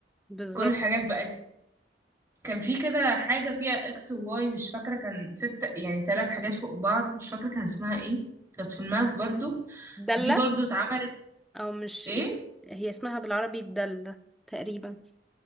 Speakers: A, in the centre; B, on the right (about 15°).
A: بالظبط
B: كل الحاجات بقت كان في كده حاجة فيها اكس وواي مش فاكرة كان ست يعني ثلاث حاجات فوق بعض مش فاكرة كان اسمها ايه كانت في الماث برضو
A: دلة
B: دي برضو اتعملت
A: او مش
B: ايه
A: هي اسمها بالعربي الدلة تقريبا